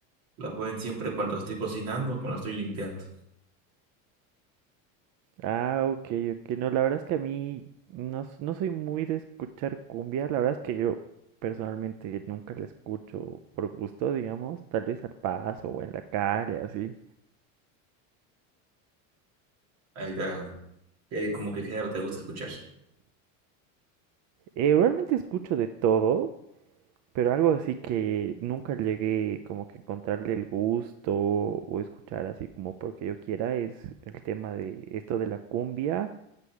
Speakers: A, on the right (about 65°); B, on the right (about 45°).
A: la ponen siempre cuando estoy cocinando, cuando estoy limpiando.
B: Ah, ok, ok. No, la verdad es que a mí no, s- no soy muy de escuchar cumbia. La verdad es que yo personalmente nunca la escucho por gusto, digamos, tal vez al paso o en la calle, así.
A: Ahí ya, eh, como que género te gusta escuchar.
B: Eh, realmente escucho de todo, pero algo así que nunca llegué como que encontrarle el gusto o escuchar así como porque yo quiera es el tema de esto de la cumbia.